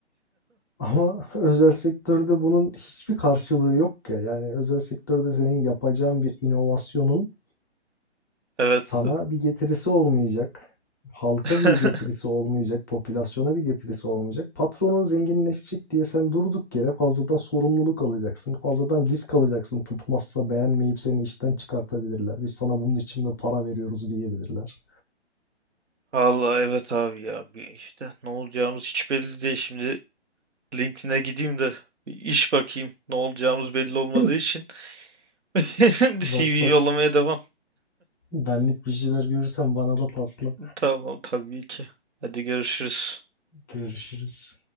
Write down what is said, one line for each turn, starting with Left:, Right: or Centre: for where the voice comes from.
Left: Ama <laughs> özel sektörde bunun hiçbir karşılığı yok ya. Yani özel sektörde senin yapacağın bir inovasyonun
Right: Evet.
Left: sana bir getirisi olmayacak. Halka
Right: <laughs>
Left: bir getirisi olmayacak, popülasyona bir getirisi olmayacak. Patronun zenginleşecek diye sen durduk yere fazladan sorumluluk alacaksın, fazladan risk alacaksın. Tutmazsa beğenmeyip seni işten çıkartabilirler. Biz sana bunun için mi para veriyoruz diyebilirler.
Right: Vallahi evet abi ya bir işte ne olacağımız hiç belli değil. Şimdi LinkedIn'e gideyim de bir iş bakayım. Ne olacağımız belli olmadığı
Left: <laughs>
Right: için <laughs> bir
Left: Bak
Right: CV yollamaya
Left: bak,
Right: devam.
Left: benlik bir şeyler görürsen bana da pasla.
Right: Tamam tabii ki. Hadi görüşürüz.
Left: Görüşürüz.